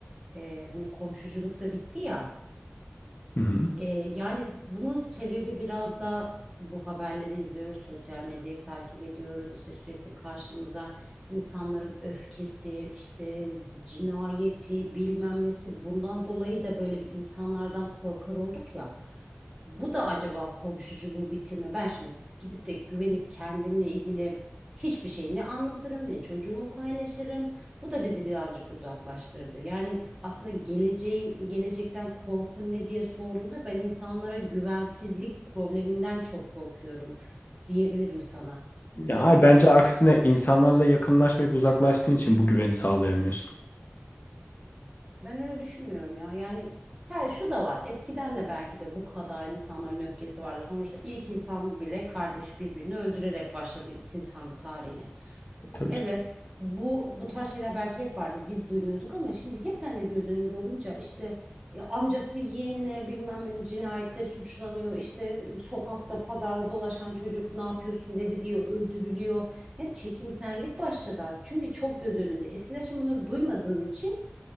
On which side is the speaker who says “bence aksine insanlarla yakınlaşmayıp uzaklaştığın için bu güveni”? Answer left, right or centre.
Left